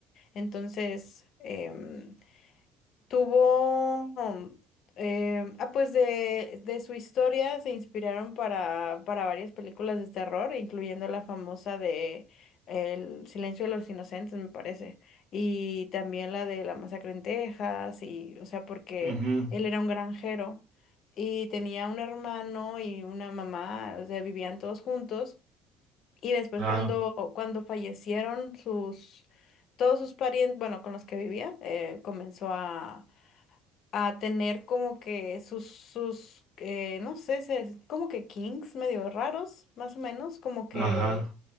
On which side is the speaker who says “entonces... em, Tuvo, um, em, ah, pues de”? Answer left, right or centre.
Left